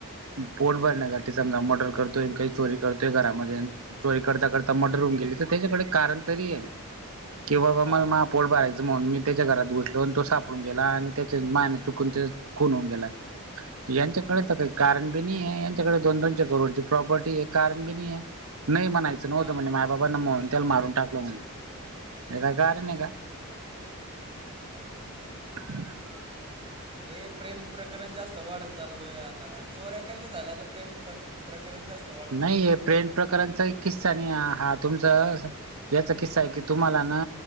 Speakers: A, on the right; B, on the right.
A: पोट भरण्यासाठी समजा मर्डर करतोय काही चोरी करतोय घरामध्ये चोरी करता करता मर्डर होऊन गेली तर त्याच्याकडे कारण तरी आहे. किं बाबा
B: हां
A: मला माझ पोट भरायचं म्हणून मी त्याच्या घरात घुसल <unintelligible> तो सापडून गेला आणि त्याच्या माने चुकून खून होऊन गेला. यांच्याकडे तर काही कारण बी नाहीये. कड दोन दोने करोडची प्रॉपर्टीये कारण बी नाहीये नाही म्हणायच नव्हतं
B: हां
A: म्हणजे माय बाबांना म्हणून त्याला मारून टाकलं म्हणज हे काय कारण आहे का?
B: नाही.
A: <unintelligible>
B: ए प्रेम प्रकरण जास्त वाढत चाललंय आता चोऱ्या कमी झाल्या आता प्रेम प्र प्रकरण जास्त वाढत
A: नाहीय
B: चाललं
A: प्रेम प्रकरणाचा किस्सा नाही हा तुमचा याचा किस्सा आहे की तुम्हाला ना